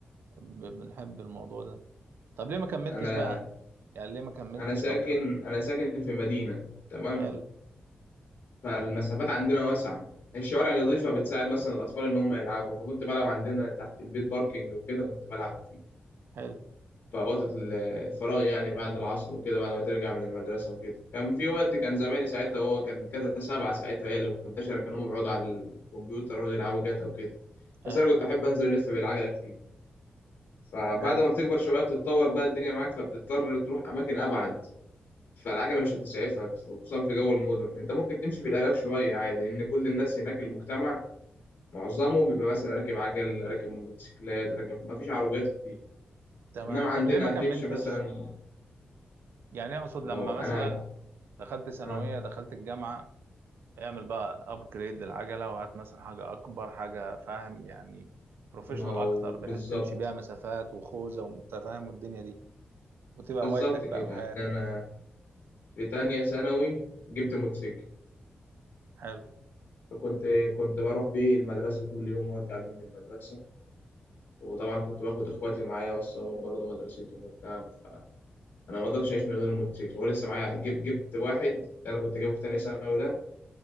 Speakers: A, on the right (about 80°); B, on the left (about 75°).
A: ب- بنحب الموضوع ده طب ليه ما كملتش
B: انا
A: بقى يعني ليه ما كملتش
B: انا ساكن
A: لو انت
B: انا ساكن في مدينه تمام
A: حلو
B: فالمسافات عندنا واسعه الشوارع النظيفة بتساعد مثلا الأطفال إن هم يلعبوا فكنت بلعب عندنا تحت البيت باركينج وكده كنت بلعب فيه
A: حلو
B: في أوقات ال- الفراغ يعني بعد العصر وكده بعد ما ترجع من المدرسة وكده كان في وقت كان زمايلي ساعتها هو كان جاتا سبعة ساعتها هي اللي منتشرة كانوا هم بيقعدوا على الكمبيوتر ويقعدوا يلعبوا جاتا وكده
A: ايوه
B: بس أنا كنت أحب أنزل ألف بالعجلة كتير فبعد
A: حلو
B: ما بتكبر شوية بتتطور بقى الدنيا معاك فبتضطر تروح أماكن أبعد فالعجلة مش هتسعفك خصوصا في جو المدن أنت ممكن تمشي في الآلاف شوية عادي لأن كل الناس هناك المجتمع معظمه بيبقى مثلا راكب عجل راكب موتوسيكلات راكب مفيش عربيات كتير
A: تمام
B: إنما
A: طب
B: عندنا
A: ليه ما كملتش
B: هتمشي مثلا
A: يعني اقصد
B: ما
A: لما
B: هو
A: مثلا
B: انا
A: دخلت ثانويه
B: اه
A: دخلت الجامعه اعمل بقى ابجريد للعجله وهات مثلا حاجه اكبر حاجه فاهم يعني بروفيشنال
B: ما هو
A: اكتر بحيث
B: بالظبط
A: تمشي بيها مسافات وخوذه وانت فاهم والدنيا دي وتبقى
B: بالظبط
A: هوايتك
B: كده
A: بقى وحياتك
B: يعني انا في تانية ثانوي جبت موتوسيكل
A: حلو
B: فكنت كنت بروح بيه المدرسة كل يوم وارجع بيه من المدرسة وطبعا كنت باخد اخواتي معايا اوصلهم برضه مدرستهم وبتاع فانا ما اقدرش اعيش من غير الموتوسيكل هو لسه معايا جب جبت واحد ده انا كنت جايبه في تانية ثانوي ده